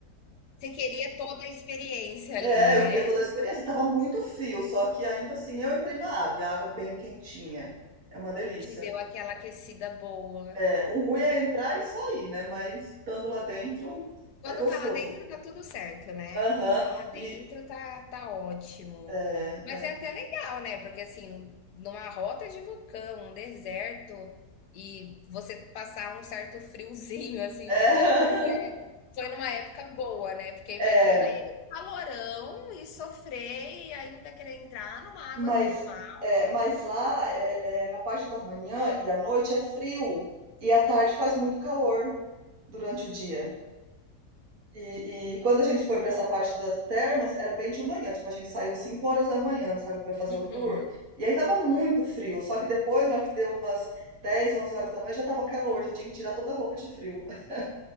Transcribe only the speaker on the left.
Você queria toda a experiência
ali, né,
que deu aquela aquecida boa.
Quando
tá lá dentro tá tudo certo, né,
tá lá
dentro tá tá ótimo.
Mas
é até legal, né, porque assim, num- numa rota de vulcão, um deserto, e você passar um certo friozinho, <laughs> assim,
digamos, eh, foi numa época boa, né, porque imagina
ir no calorão e sofrer e ainda querer entrar numa água
termal.
Uhum.